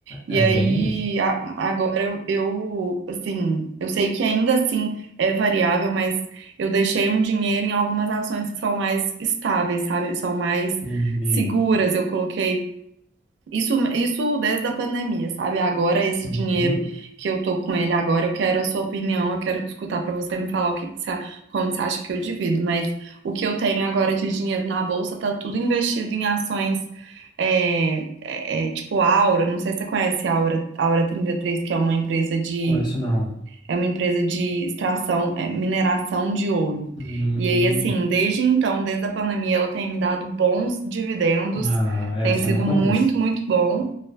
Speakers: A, on the right (about 70°); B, on the left (about 25°).
A: E
B: É
A: aí,
B: bem isso.
A: a- agora eu, eu, assim, eu sei que ainda assim é variável, mas eu deixei um dinheiro em algumas ações que são mais estáveis, sabe? São mais
B: E-
A: seguras, eu coloquei isso, isso desde a pandemia, sabe? Agora, esse
B: uhum,
A: dinheiro que eu tô com ele agora, eu quero a sua opinião, eu quero te escutar pra você me falar o que que você, como você acha que eu divido. Mas o que eu tenho agora de dinheiro na bolsa tá tudo investido em ações é, é, é, tipo Aura. Não sei se você conhece a Aura, Aura 33 que é uma empresa de,
B: conheço não.
A: é uma empresa de extração, é, mineração de ouro.
B: Hum,
A: E aí, assim, desde então, desde a pandemia, ela tem me dado bons dividendos.
B: ah,
A: Tem
B: essa
A: sido
B: eu não conheço.
A: muito, muito bom.